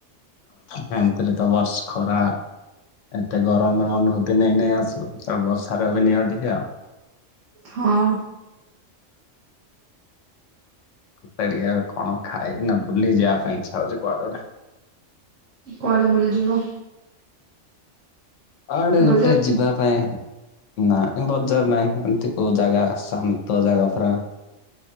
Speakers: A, on the left; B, on the right.
A: ହେମତିରେ ତ ବର୍ଷ ଖରା ଏତେ ଗରମର ଅନୁଭୂତି ନେଇ ନେଇ ଆସିଲ। ଏବେ ବର୍ଷାର ବି ନିଅ ଟିକେ ଆଉ।
B: ହଁ।
A: ମୋତେ ଟିକେ ଇଆଡେ କଣ ଖାଇକିନା ବୁଲି ଯିବା ପାଇଁ ଇଚ୍ଛା ହଉଛି କୁଆଡେ ଗୋଟେ।
B: କୁଆଡେ ବୁଲିଯିବ?
A: କୁଆଡେ
B: ବଜାର
A: ଗୋଟେ ଯିବା ପାଇଁ ନାଇଁ ବଜାର ନାଇଁ ଏମିତି କୋଉ ଜାଗା ଶାନ୍ତ ଜାଗା ପୁରା।